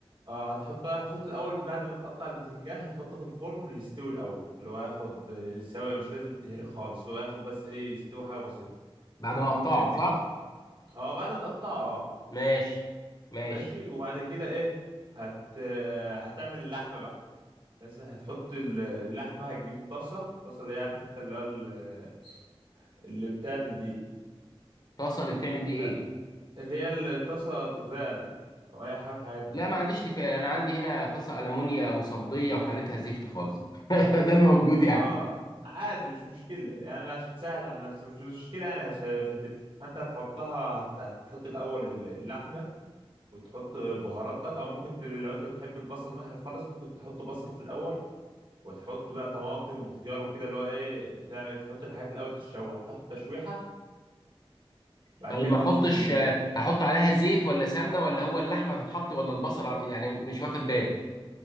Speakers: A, on the right (about 55°); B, on the left (about 45°).
A: اه هتحط هتحط الاول بعد ما تقطع البتنجان هتحطه في الفرن يستوي الاول اللي هو ياخد آه، سويه مش لازم تهري خالص اللي هو ياخد بس ايه يستوي حاجه بسيطه
B: بعد ما اقطعه
A: فاهمني
B: صح
A: اه بعد ما تقطعه اه
B: ماشي ماشي
A: ماشي وبعد كده ايه هت آه، هتعمل اللحمه بقى بس هتحط ال- اللحمه هتجيب طاسه طاسه اللي هي عارف انت اللي هو ال- اللي بتعمل دي
B: طاسه اللي بتعمل دي ايه
A: لا، اللي هي الطاسه تيفال او اي حاجه من الحاجات دي
B: لا ما عنديش تيفال انا عندي هنا طاسه المونيا مصديه وحالتها زفت خالص <laughs> ده الموجود
A: اه
B: يعني
A: عادي مش مشكلة يعني انا عشان سهل على نفسي مش مش مشكلة انا مش مش هتفرق فانت هتحطها هت- هتحط الاول ال- اللحمة وتحط بهاراتك او ممكن ت... لو انت بتحب البصل مهري خالص ممكن تحط بصل في الاول وتحط بقى طماطم وخيار وكده اللي هو ايه تعمل تحط الحاجات الاول تتشوح تاخد تشويحة بعد
B: طيب
A: كده
B: ما
A: تنزل
B: احطش
A: بال
B: هحط عليها زيت ولا سمنه ولا هو اللحمه تتحط ولا البصل ع- يعني مش واخد بالي